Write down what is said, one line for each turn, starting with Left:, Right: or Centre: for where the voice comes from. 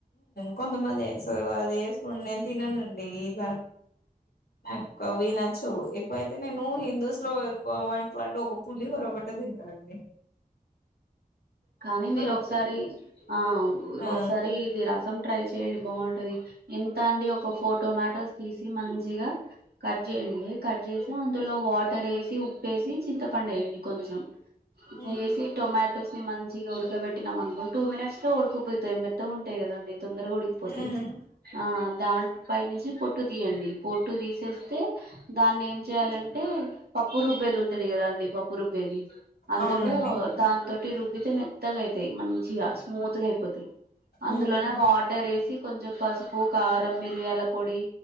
Left: కొంతమంది వేస్తారు అది వేసుకుే <unintelligible> తిననండి ఇలా నాకు అవి నచ్చవ్ ఎక్కువైతే నేను హిందూస్ లో <unintelligible> ఎక్ వ అంట ఒక పులి ఒకర ఒకటే తింటానుడి
Right: కానీ మీరు ఒకసారి
Left: ఒక
Right: ఆ
Left: ఆ
Right: ఒకసారి ఇది రసం ట్రై చేయండి బాగుంటది ఎంత అండి ఒక ఫోర్ టొమాటోస్ తీసి మంచిగా కట్ చేయండి కట్ చేసి అందులో వాటర్ వేసి ఉప్పేసి చింతపండు వేయండి కొంచెం
Left: ఉమ్
Right: వేసి టొమాటో మంచిగా ఉడకబెట్టినాం అనుకో టూ మినిట్స్ లో ఉడుకుపోయితాయి మెత్తగా ఉంటాయి కదండి తొందరగా ఉడికిపోతయి
Left: ఉమ్
Right: ఆ దాంట్ పై నుంచి పొట్టు తీయండి పొట్టు తీసేస్తే దాన్ని ఏం చేయాలంటే పప్పు రుబ్బ ఉంటది కదా అండి పప్పు రుబ్బేది అందులో
Left: అవునండి
Right: దాని తోటి రుబ్బితే మెత్తగా అయి తయి మంచిగా స్మూత్ గా అయిపోతాయి అందులోనే
Left: ఉమ్
Right: వాటర్ వేసి కొంచెం పసుపు కారం మిరియాల పొడి